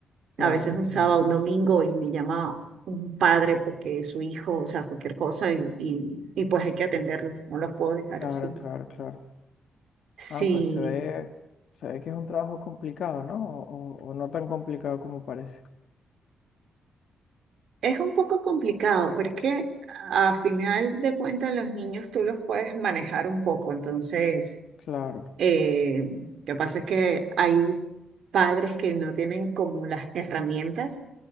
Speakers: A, on the left (about 75°); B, on the right (about 75°).
A: Claro,
B: A veces
A: entiendo.
B: un sábado, un domingo y me llama un padre porque su hijo, o sea, cualquier cosa y, y, y pues hay que atenderlos, no los puedo dejar
A: Claro,
B: así.
A: claro, claro.
B: Sí,
A: Ah, pues se ve, se ve que es un trabajo complicado, ¿no? O, o- o no tan complicado como parece.
B: es un poco complicado, pero es que a final de cuentas los niños tú los puedes manejar un poco, entonces
A: Claro.
B: eh, lo que pasa es que hay padres que no tienen como las herramientas